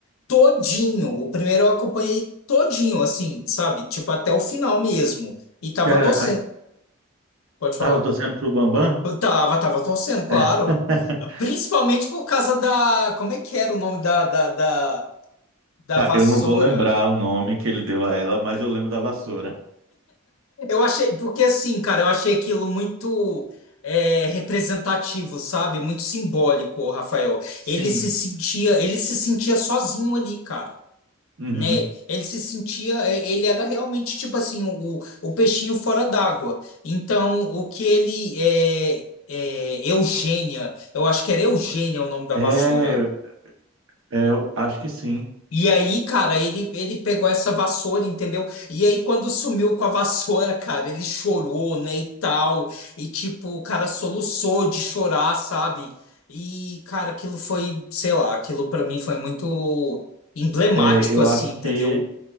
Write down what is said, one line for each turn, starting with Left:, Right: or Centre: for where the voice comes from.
Left: todinho. O primeiro eu acompanhei todinho, assim, sabe? Tipo, até o final mesmo. E tava
Right: Cara,
Left: torcendo.
Right: a-
Left: Pode falar.
Right: tava torcendo pro Bambam?
Left: Eu tava, tava torcendo, claro.
Right: <laughs>
Left: Principalmente por causa da. Como é que era o nome da, da, da, da
Right: Tá,
Left: vassoura?
Right: eu não vou lembrar o nome que ele deu a ela, mas eu lembro da vassoura.
Left: Eu achei. Porque assim, cara, eu achei aquilo muito. é, representativo, sabe? Muito simbólico, o Rafael.
Right: Sim.
Left: Ele se sentia, ele se sentia sozinho ali, cara.
Right: Uhum.
Left: né? Ele se sentia, e- ele era realmente tipo assim, o, o peixinho fora d'água. Então, o que ele é, é Eugênia, eu acho que era Eugênia o nome da
Right: É,
Left: vassoura.
Right: é, eu acho que sim.
Left: E aí, cara, ele, ele pegou essa vassoura, entendeu? E aí, quando sumiu com a vassoura, <laughs> cara, ele chorou, né, e tal. E, tipo, o cara soluçou de chorar, sabe? E, cara, aquilo foi, sei lá, aquilo pra mim foi muito emblemático,
Right: É, eu
Left: assim,
Right: acho
Left: entendeu?
Right: que